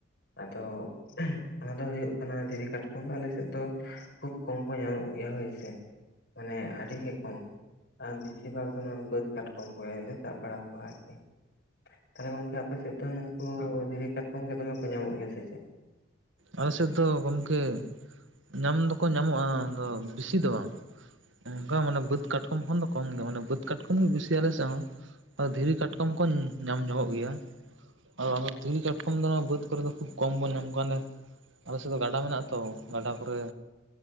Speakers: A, on the left; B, on the right.
A: ᱟᱫᱚ ᱚᱱᱟ ᱫᱚ ᱦᱩᱭᱩᱜ ᱠᱟᱱᱟ ᱫᱷᱤᱨᱤ ᱠᱟᱴᱠᱚᱢ ᱫᱚ ᱟᱞᱮᱥᱮᱫ ᱫᱚ ᱠᱷᱩᱵ ᱠᱚᱢ ᱠᱚ ᱧᱟᱢᱚᱜ ᱜᱮᱭᱟ ᱦᱳᱭ ᱥᱮ᱾ ᱢᱟᱱᱮ ᱟᱹᱰᱤ ᱜᱮ ᱠᱚᱢ, ᱟᱨ ᱵᱮᱥᱤᱨ ᱵᱷᱟᱜᱽ ᱫᱚ ᱱᱚᱣᱟ ᱵᱟᱹᱫᱽ ᱠᱟᱴ ᱠᱚᱢ ᱞᱮ ᱥᱟᱵ ᱵᱟᱲᱟ ᱠᱚᱣᱟ ᱟᱨᱠᱤ ᱛᱟᱦᱚᱞᱮ, ᱜᱚᱝᱠᱮ ᱟᱯᱮ ᱥᱮᱫ ᱫᱚ ᱱᱚᱝ ᱠᱩ ᱫᱷᱤᱨᱤ ᱠᱟᱴᱠᱚᱢ ᱜᱮ ᱫᱚᱢᱮ ᱠᱚ ᱧᱟᱢᱚᱜ ᱜᱮᱭᱟ ᱥᱮ ᱪᱮᱫ᱾
B: ᱟᱞᱮ ᱥᱮᱫ ᱫᱚ ᱜᱚᱢᱠᱮ, ᱧᱟᱢ ᱫᱚᱠᱚ ᱧᱟᱢᱚᱜ-ᱟ ᱵᱮᱥᱤ ᱫᱚ ᱵᱟᱝ, ᱚᱱᱠᱟ ᱢᱟᱱᱮ ᱵᱟᱹᱫᱽ ᱠᱟᱴᱠᱚᱢ ᱠᱷᱚᱱ ᱫᱚ ᱠᱚᱢ ᱜᱮᱭᱟ ᱢᱟᱱᱮ ᱵᱟᱹᱫᱽ ᱠᱟᱴᱠᱚᱢ ᱜᱮ ᱵᱤᱥᱤᱭ ᱟᱞᱮ ᱥᱮ ᱦᱚᱸ, ᱟᱫᱚ ᱫᱷᱤᱨᱤ ᱠᱟᱴᱠᱚᱢ ᱠᱚᱧ ᱧᱟᱢ ᱧᱚᱜᱚᱜ ᱜᱮᱭᱟ, ᱚ ᱫᱷᱤᱨᱤ ᱠᱟᱴᱠᱚᱢ ᱫᱚ ᱵᱟᱹᱫ ᱠᱚᱨᱮ ᱠᱷᱩᱵ ᱠᱚᱢ ᱵᱟᱹᱱᱩᱜ-ᱟ᱾ ᱟᱞᱮ ᱥᱮᱫ ᱫᱚ ᱜᱟᱰᱟ ᱢᱮᱱᱟᱜᱼᱟ ᱛᱚ, ᱜᱟᱰᱟ ᱠᱚᱨᱮ᱾